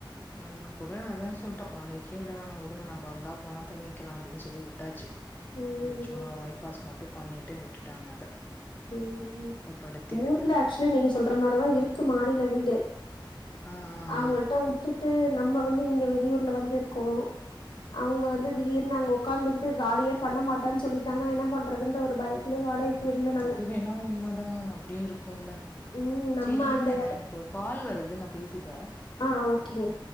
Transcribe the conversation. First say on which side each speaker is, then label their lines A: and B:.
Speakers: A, on the left; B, on the left.
A: அதுக்கு கூட அதா சொல்ட்டோ வாடகைக்கே விட வேணா உடுங்க நம்ம வந்தா போனா தங்கிக்கலா அப்டின்னு சொல்லி உட்டாச்சு
B: ம்.
A: ஒரு சும்மா ஒயிட் வாஷ் மட்டு பண்ணிட்டு விட்டுட்டாங்க அத
B: ம்
A: ரொம்ப படுத்தி
B: ஊர்ல
A: எடுக்குறாங்கன்ட்டு
B: ஆக்சுவலி நீங்க சொல்ற மாரிதா இருக்கு மாடில வீடு
A: ஆ ஆ
B: அவங்கள்ட்ட
A: ஆ
B: வுட்டுட்டு நம்ம வந்து இங்க வெளியூர்ல வந்து இருக்கோ அவங்க வந்து திடீர்னு நாங்க உக்காந்துட்டு காலியே பண்ண மாட்டான்னு சொல்லிட்டாங்கனா என்ன பண்றதுன்ற ஒரு பயம் வாடகைக்கு விடல நாங்க
A: அது வேணா உண்ம தாங்க அப்டியு இருக்கும்ல
B: ம் நம்ம
A: சேரி இருங்க
B: அந்த
A: நா
B: எடத்
A: எனக்கு ஒரு கால் வருது நா பேசிட்டு வரே
B: ஆ ஓகேங்க